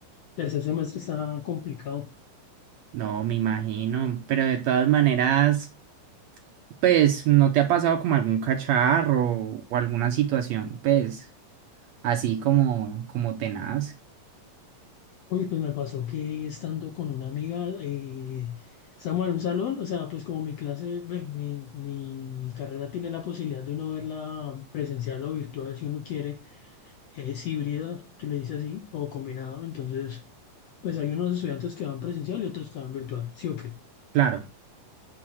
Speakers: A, on the left; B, on the right.
A: tercer semestre está complicado.
B: No, me imagino. Pero de todas maneras, pues, ¿no te ha pasado como algún cacharro o alguna situación, pues, así como, como tenaz?
A: Uy, pues me pasó que estando con una amiga, eh, estamos en un salón, o sea, pues como mi clase, ve, mi, mi carrera tiene la posibilidad de uno verla presencial o virtual si uno quiere, es híbrida, se le dice así, o combinado, entonces, pues hay unos estudiantes que van presencial y otros que van virtual, sí o qué.
B: Claro.